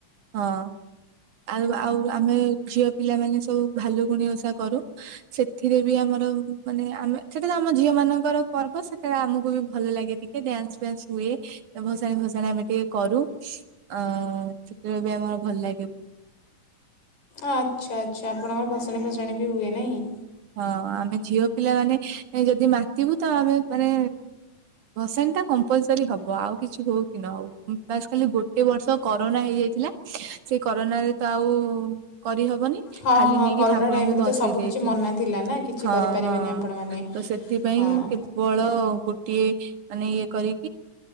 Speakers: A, on the right; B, on the left.
A: ହଁ ଆଉ ଆଉ ଆମେ ଝିଅ ପିଲାମାନେ ସ <unintelligible> ଭାଲୁକୁଣି ଓଷା କରୁ, ସେଥିରେ ବି ଆମର ମାନେ ଆମେ ସେଟା ତ ଆମ ଝିଅ ମାନଙ୍କର ପର୍ବ ସେଟା ଆମକୁ ବି ଭଲ ଲାଗେ ଟିକେ ଡ୍ୟାନ୍ସ ଫ୍ୟାନ୍ସ ହୁଏ, ଭସାଣି ଫସାଣି ଆମେ ଟିକେ କରୁ, ଆ ସେଥିରେ ବି ଆମର ଭଲ ଲାଗେ।
B: ଆଚ୍ଛା ଆଚ୍ଛା ଆପଣଙ୍କର ଭସାଣୀ ଫସାଣୀ ବି ହୁଏ ନାହିଁ?
A: ହଁ ଆମେ ଝିଅ ପିଲା ମାନେ ଯଦି ମାତିିବୁ ତ ଆମେ ମାନେ ଭସାଣିଟା କମ୍ପଲସରି ହବ, ଆଉ କିଛି ହଉ କି ନ ହଉ, ବାସ ଖାଲି ଗୋଟେ ବର୍ଷ କରୋନା ହେଇଯାଇଥିଲା, ସେ କରୋନାରେ ତ ଆଉ କରିହ ବ,
B: ହଁ
A: ଖାଲି
B: ହଁ
A: ନେଇକି
B: କରୋନା
A: ଠାକୁରଙ୍କୁ
B: ଟାଇମ୍ରେ
A: ଭସେଇ
B: ତ ସବୁକିଛି
A: ଦେଇଥିଲୁ।
B: ମନା ଥିଲା ନା କିଛି
A: ହଁ
B: କରିପାରିବେନି
A: ହଁ,
B: ଆପଣମାନେ
A: ତ ସେଥିପାଇଁ
B: ହଁ
A: କେବଳ ଗୋଟିଏ ମାନେ ଇଏ କରି <unintelligible> ଖାଲି